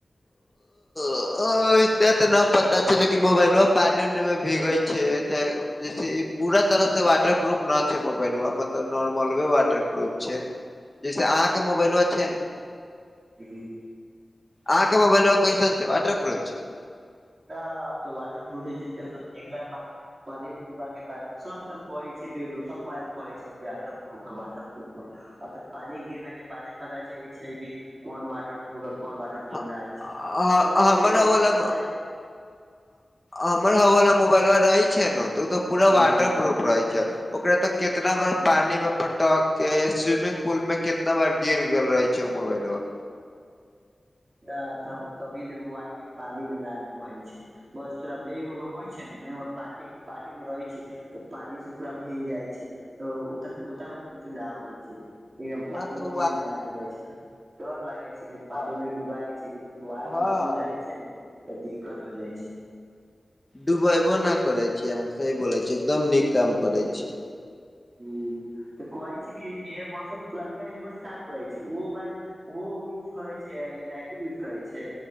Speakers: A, on the left (about 20°); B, on the right (about 45°).
A: अ-अ एते ते ना पता छै, लेकिन मोबाइल पानी उनी मे भीगे छै एक त जैसे ऐ पूरा तरह सँ वाटर प्रूफ ना छै मोबाइलबा मतलब नॉर्मल वे वाटर प्रूफ छै। जैसे अहाँके मोबाइल छै।
B: हम्म
A: अहांके मोबाइल कैसन छै वाटर प्रूफ छै?
B: तब तऽ वाटर प्रूफ जिततै त देखल बाद पानी मे डूबा के बाद सब त कहै छै को सब मोबाइल के कहै छै। क आटर प्रूफ ह वाटरप्रूफ ह अ तऽ पानी गिरला के बादे पता चल छै कि कोन वाटर प्रूफ छै कोन वाटरपूफ
A: ह-
B: नइ छै आ कोन
A: हमर
B: छै
A: हवला
B: डर के मारे -
A: हमर हवा मोबाइल रहै छै ने त ओ तऽ पूरा
B: ह
A: वाटर प्रूफ रहै छै। ओकरा ते कितना बार पानी में पटक के स्विमिंग पुल में कितना बार गिर गेल रहै छै। जो मोबाइल वा
B: ना तऽ हम कभीनै मोबाइल के पानी मे नै डुबबै छी। बस थोड़ा मेघ मे होइ छै, ने मेघ मे प्लास्टिक पाकिट मे रहै छै। तऽ पानी से पूरा भींग जाइ छै, तऽ ओ ओते मे तऽ किछो नै होइ छै। एकदम पानी
A: न तऽ
B: मे अखैन नहि डूबबै छी डर लगै छै, पानी
A: ओ
B: मे, डूबइ छै मोबाइल
A: हँ
B: मे घुसि जाइ छै न तऽ दिक्कत होइ जाइ छै।
A: डुबैबो नै करै छियै अहाँ सही बोलै छियै एकदम नीक काम करै छियै।
B: ह तऽ कहै छै, कि इयरबर्डस पुरनका एयरबर्ड्स का कहै छै ओ बला- ओ यूज करै छै, ई नइको यूज करै छै।